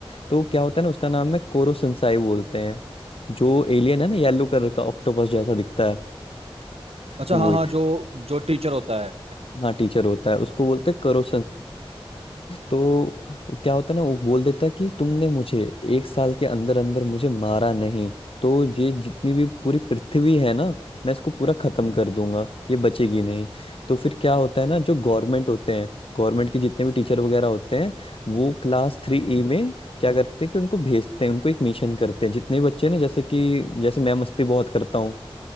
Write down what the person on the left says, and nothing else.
तो क्या होता है ना उसका नाम है कोरो संसाई बोलते हैं जो एलियन है ना येलो कलर का ऑक्टोपस जैसा दिखता है
तो वो
हाँ टीचर होता है उसको बोलते हैं करो तो वो क्या होता है ना वो बोल देता है कि तुमने मुझे एक साल के अंदर अंदर मुझे मारा नहीं तो ये जितनी भी पूरी पृथ्वी है ना मैं इसको पूरा खत्म कर दूंगा ये बचेगी नहीं तो फिर क्या होता है ना जो गवर्नमेंट होते हैं गवर्नमेंट के जितने भी टीचर वगैरह होते हैं वो क्लास थ्री ई में क्या करते हैं कि उनको भेजते हैं उनको एक मिशन करते हैं जितने बच्चे ना जैसे कि जैसे मैं मस्ती बहुत करता हूँ